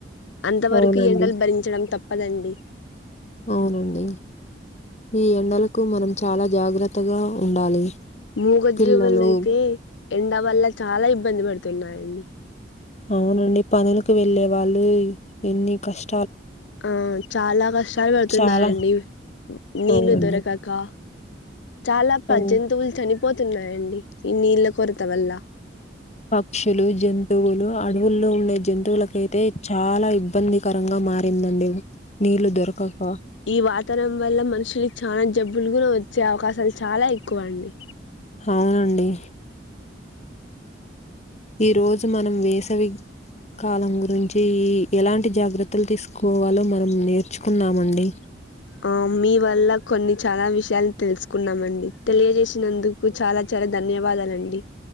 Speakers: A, on the left (about 80°); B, on the left (about 40°).
A: అంత
B: అవునండి.
A: వరకు ఈ ఎండలు భరించడం తప్ ప్పదండి.
B: అవునండి. ఈ ఎండలకు మనం చాలా జాగ్రత్తగా ఉండాలి.
A: మూగ్జీవుల్ల
B: పిల్లలు
A: అయితే ఎండ వల్ల చాలా ఇబ్బంది పడుతున్నాయండి.
B: అవునండి పనులకు వెళ్ళే వాళ్ళు ఎన్ని కష్
A: ఆ చాలా కష్టాలు పడుతున్నారండి,
B: చాలా
A: నీళ్ళు
B: అవునండి.
A: దొరకకా. చాలా ప
B: అవును.
A: జంతువులు చని పోతున్నాయండి, ఈ నీళ్ళ కొరత వల్ల.
B: పక్షులు, జంతువులు అడవుల్లో ఉండే జంతువులకయితే చాలా ఇబ్బందికరంగా మారిందండి నీళ్లు దొరకకా.
A: ఈ వాతారం వల్ల మనుషులి చానా జబ్బులు కూడ వచ్చే అవకాశాలు చాలా ఎక్కువ అండి.
B: అవునండి ఈ రోజు మనం వేసవి కాలం గురించి ఈ ఎలాంటి జాగ్రత్తలు తీసుకోవాలో మనం నేర్చుకున్నాంమండి.
A: ఆ మీ వల్ల కొన్ని చాలా విషయాల్ తెల్స్ కున్నామండి. తెలియజేసినందుకు చాలా చాలా ధన్యవాదాలండి.